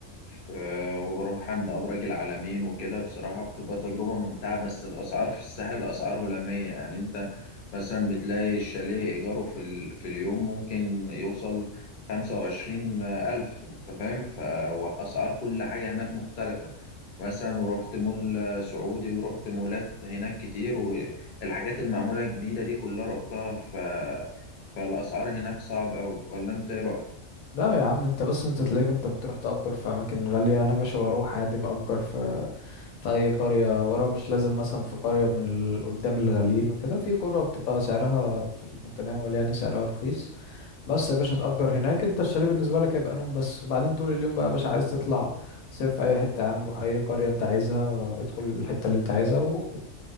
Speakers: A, on the left; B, on the left.
A: ف- وبروح عند أبراج العالمين وكده بصراحة بتبقى تجربة ممتعة بس الأسعار في الساحل أسعار هلامية يعني أنت مثلا بتلاقي الشاليه إيجاره في, ال... في اليوم ممكن يوصل خمسة وعشرين ألف أنت فاهم فأسعار كل حاجة هناك مختلفة مثلا ورحت مول سعودي ورحت مولات هناك كتير والحاجات المعمولة جديدة دي كلها رحتها ف... فالأسعار هناك صعبة أوي ولا أنت إيه رأيك؟
B: لا يا عم انت بس انت تلاقيك انت بتروح تأجر في اماكن غالية انا باشا بروح عادي بأجر في في اي قرية ورا مش لازم مثلا في قرية من ال- قدام الغاليين وكده في قرى بتبقى سعرها في المتناول يعني سعرها رخيص بس يا باشا تأجر هناك انت الشاليه بالنسبة لك هيبقى نوم بس وبعدين طول اليوم بقى يا باشا عايز تطلع صيف في اي حتة يا عم روح اي قرية انت عايزها ادخل الحتة اللي انت عايزها واخرج